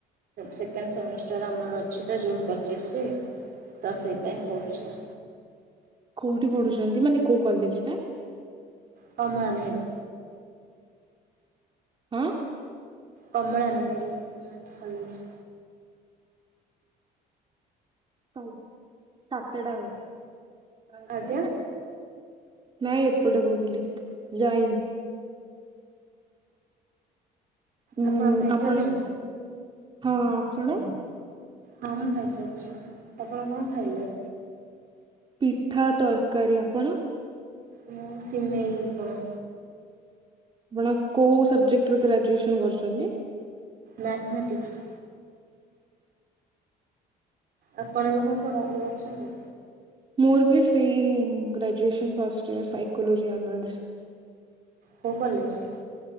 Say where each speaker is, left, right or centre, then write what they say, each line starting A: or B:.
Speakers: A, on the right (about 60°); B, on the right (about 30°).
A: ସେକେଣ୍ଡ ସେମିଷ୍ଟାର ଆମର ଅଛି ତ ଜୁନ୍ ପଚିଶ୍ ରେ। ତ ସେଇପାଇଁ ପଢୁଚି ଆଉ।
B: କୋଉଠି ପଢୁଚନ୍ତି ମାନେ କୋଉ କଲେଜରେ
A: କମା ନ ହେଲି।
B: ହୁଁ।
A: Kamala Nehru women's college.
B: କାଇଚି ସାତଟା
A: ଆଜ୍ଞା।
B: ବେଳେ
A: ଆଜ୍ଞା
B: କଲେଜ୍ ଥିଲା। ନାଇଁ ଏପଟେ କହୁଥିଲି ଯାଇନି। ହୁଁ
A: ଆପଣ ଖାଇସାରିଲେଣି?
B: ଆପଣ ହଁ ଆପଣ?
A: ହଁ ମୁଁ ଖାଇସାରିଚି ଆପଣ କଣ ଖାଇଲେ?
B: ପିଠା ତରକାରୀ ଆପଣ?
A: ମୁଁ ସିମେଇ ଉପମା।
B: ଆପଣ କୋଉ ସବଜେକ୍ଟରେ ଗ୍ରାଜୁଏସନ କରୁଚନ୍ତି?
A: ମ୍ୟାଥମେଟିକ୍ସ। ଆପଣ ଏବେ କଣ ପଢାପଢି କରୁଚନ୍ତି।
B: ମୋର ବି ସେଇ graduation first year psychology honours.
A: କୋଉ କଲେଜ୍?